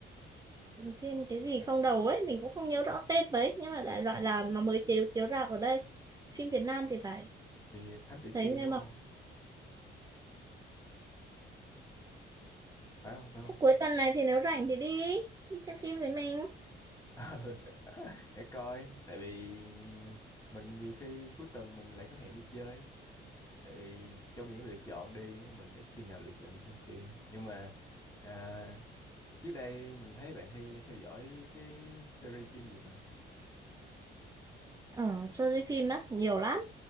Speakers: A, on the right; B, on the left.
A: Cái phim cái gì không đầu ấy mình cũng không nhớ rõ tên mấy nhưng mà đại loại là nó mới chiếu chiếu rạp ở đây phim Việt Nam thì phải
B: thì Thám tử
A: thấy
B: Kiên
A: nghe
B: đúng
A: bảo
B: không phải không phải không
A: thế cuối tuần này thì nếu rảnh thì đi đi xem phim với mình
B: <laughs> để coi tại vì à, mình nhiều khi cuối tuần mình lại có hẹn đi chơi tại vì trong những lựa chọn đi mình ít khi nào lựa chọn đi xem phim nhưng mà à, Trước đây mình thấy bạn hay theo dõi cái series phim gì mà.
A: ở show đi phim á nhiều lắm